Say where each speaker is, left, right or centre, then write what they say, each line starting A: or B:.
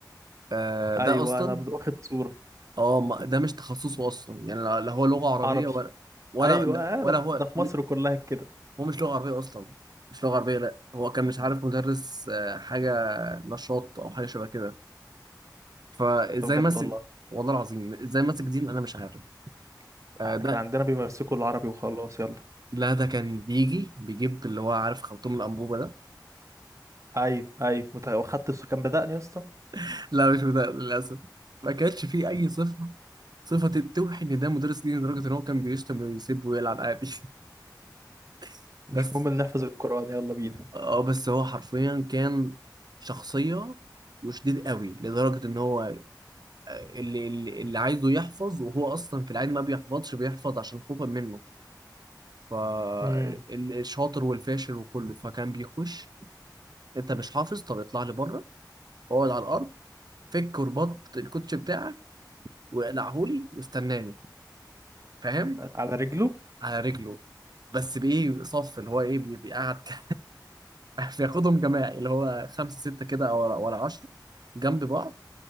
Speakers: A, on the right (about 60°); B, on the right (about 40°).
A: آه
B: ايوه
A: ده اصلا
B: انا واخد صوره
A: اه ما- ده مش تخصصه اصلا يعني لا لا هو لغه عربيه
B: عربي
A: ولا ولا
B: ايوه
A: لا- ولا
B: ده في-
A: هو
B: ده في مصر كلها كده
A: هو مش لغة عربية أصلا مش لغة عربية لأ هو كان مش عارف مدرس آه، حاجة نشاط أو حاجة شبه كده فإزاي
B: ده بجد
A: مسك
B: والله
A: والله العظيم إزاي مسك دين أنا مش عارف آه،
B: احنا
A: ده
B: كان عندنا بيمسكوا العربي وخلاص يلا
A: لا ده كان بيجي بيجيب اللي هو عارف خرطوم الأنبوبة ده
B: ايوه ايوه مت- وخدت السو كان بدأني يا اسطى
A: <laughs> لا مش ده للأسف ما كانش فيه أي صفة صفة توحي إن ده مدرس دين لدرجة إن هو كان بيشتم ويسب ويلعن عادي <laughs>
B: مش
A: بس
B: مهم ان نحفظ القرآن يلا بينا
A: اه بس هو حرفيا كان شخصية وشديد قوي لدرجة إن هو اللي اللي اللي عايزه يحفظ وهو اصلا في العادي ما بيحفظش بيحفظ عشان خوفا منه فالشاطر
B: امم
A: والفاشل وكله فكان بيخش انت مش حافظ طب اطلع لي بره اقعد على الارض فك ورباط الكوتش بتاعك واقلعهولي واستناني فاهم
B: على رجله
A: على رجله بس بايه صف اللي هو ايه بي- بيقعد <laughs> ك- بياخدهم جماعي اللي هو خمسه سته كده او ولا عشره جنب بعض